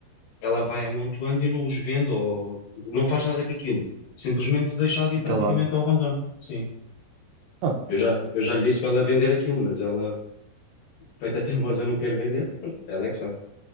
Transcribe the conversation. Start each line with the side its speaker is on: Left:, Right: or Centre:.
Left: ela vai amontoando e não os vende ou não faz nada com aquilo. Simplesmente deixa ali
Right: fica
Left: praticamente
Right: lá.
Left: ao abandono. Sim.
Right: Ah,
Left: Eu já, eu já lhe disse para ela vender aquilo, mas ela, feita teimosa, não quer vender. Pronto, Ela é que sabe.